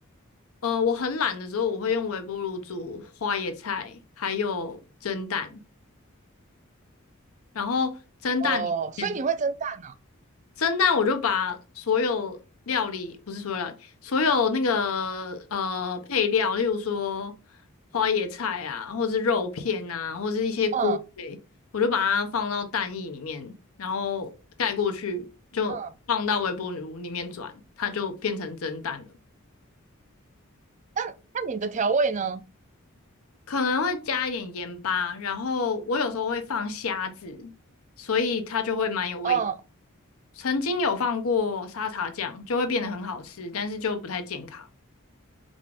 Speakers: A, on the left; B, on the right.
A: 呃，我很懒的时候，我会用微波炉煮花椰菜，还有蒸蛋。然后蒸蛋里面，
B: 哦，所以你会蒸蛋，
A: 蒸蛋我就把所有料理，不是所有料理，所有那个呃配料，例如说花椰菜啊，或是肉片啊，或是一些菇类，
B: 嗯
A: 我就把它放到蛋液里面，然后盖过去，就放到微波炉里面转，
B: 嗯，
A: 它就变成蒸蛋了。
B: 那那你的调味呢？
A: 可能会加一点盐巴，然后我有时候会放虾子，所以它就会蛮有味。
B: 嗯
A: 曾经有放过沙茶酱，就会变得很好吃，但是就不太健康。